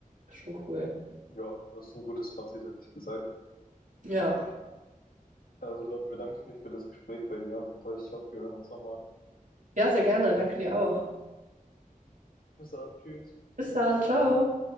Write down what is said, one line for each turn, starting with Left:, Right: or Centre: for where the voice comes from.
Right: Schon cool.
Left: Ja, das ist ein gutes Fazit, hätte ich gesagt.
Right: Ja.
Left: Also dann bedanke ich mich für das Gespräch bei dir und ich hoffe, wir hören uns nochmal.
Right: Ja, sehr gerne. Danke dir auch.
Left: Bis dann, tschüss.
Right: Bis dann. Ciao.